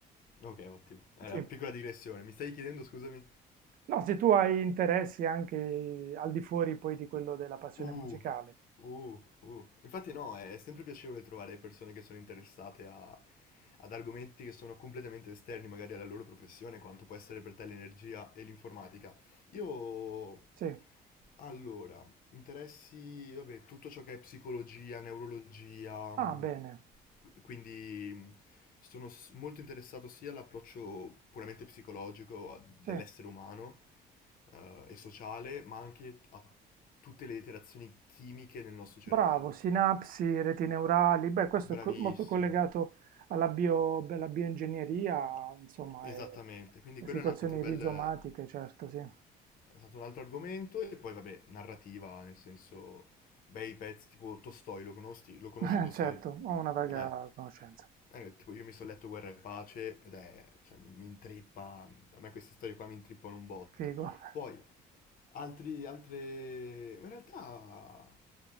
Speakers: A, on the left; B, on the right.
A: ok, ottimo. Era
B: Sì.
A: piccola digressione, mi stavi chiedendo, scusami?
B: No, se tu hai interessi anche al di fuori poi di quello della passione
A: Uh,
B: musicale.
A: uh, uh. Infatti no, è sempre piacevole trovare persone che sono interessate a- ad argomenti che sono completamente esterni magari alla loro professione, quanto può essere per te l'energia e l'informatica. Io,
B: Sì.
A: allora, interessi, vabbè, tutto ciò che è psicologia, neurologia,
B: Ah,
A: mh,
B: bene.
A: quindi mh, sono s- molto interessato sia all'approccio puramente psicologico a- dell'essere
B: Sì.
A: umano, eh, e sociale, ma anche a tutte le interazioni chimiche nel nostro cervello.
B: Bravo, sinapsi, reti neurali, beh, questo
A: Bravissimo,
B: è co- molto collegato alla bio, alla bioingegneria, insomma,
A: esattamente.
B: e
A: Quindi quello
B: situazioni
A: è un altro bel,
B: rizomatiche, certo, sì.
A: è stato un altro argomento e poi vabbè, narrativa, nel senso, bei pezzi tipo Tolstoi, lo conosci, lo conosci
B: <laughs>
A: Tolstoi?
B: Certo, ho una vaga
A: Eh,
B: conoscenza.
A: eh, tipo io mi sono letto Guerra e Pace ed è, cioè, mi, mi intrippa, a me queste storie qua mi intrippano un botto.
B: Figo, <laughs>
A: Poi, altri, altre, ma in realtà,